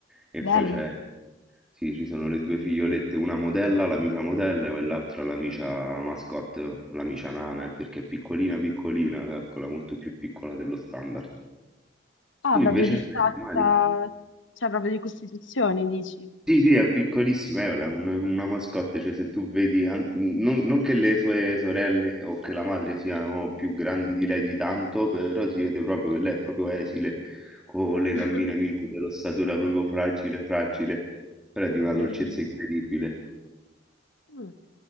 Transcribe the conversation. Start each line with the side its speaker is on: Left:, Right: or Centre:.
Centre: e
Left: Bello.
Centre: poi c'è, sì, ci sono le due figliolette, una modella, l'amica modella, e l'altra l'amica mascotte, l'amica nana, eh, perché è piccolina piccolina, calcola molto più piccola dello standard.
Left: Ah,
Centre: Tu
Left: proprio
Centre: invece
Left: di
Centre: hai
Left: stazza,
Centre: animali?
Left: cioè proprio di costituzione, dici?
Centre: Sì, sì, è piccolissima, è una, una mascotte, cioè se tu vedi, an- non, non che le sue sorelle o che la madre siano più grandi di lei di tanto, però si vede proprio che lei è proprio esile, con le gambine
Left: <laughs>
Centre: minute, l'ossatura proprio fragile, fragile, però è di una dolcezza
Left: Carino.
Centre: incredibile.
Left: Mm.